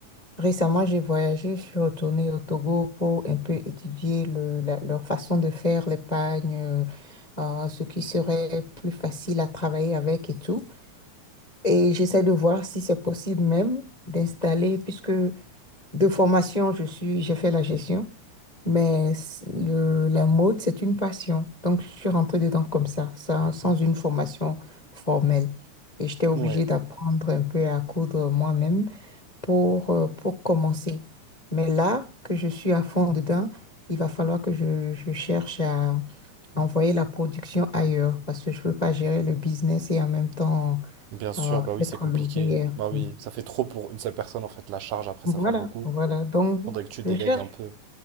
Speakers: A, on the left (about 45°); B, on the right (about 85°).
A: Récemment, j'ai voyagé, je suis retournée au Togo pour un peu étudier le, la- leur façon de faire les pagnes, euh, euh, ce qui serait plus facile à travailler avec et tout. Et j'essaie de voir si c'est possible même d'installer, puisque de formation, je suis, j'ai fait la gestion. Mais c- le- la mode, c'est une passion. Donc, je suis rentrée dedans comme ça, sans, sans une formation formelle. Et j'étais obligée
B: oui. Ouais.
A: d'apprendre un peu à coudre moi-même pour, euh, pour commencer. Mais là que je suis à fond dedans, il va falloir que je, je cherche à envoyer la production ailleurs parce que je ne peux pas gérer le business et en même temps
B: Bien sûr,
A: euh,
B: bah oui,
A: être
B: c'est compliqué.
A: l'ouvrière.
B: Bah oui,
A: Oui.
B: ça fait trop pour une seule personne, en fait, la charge, après,
A: Voilà,
B: ça fait beaucoup.
A: voilà. Donc,
B: Faudrait que tu délègues
A: je cherche.
B: un peu.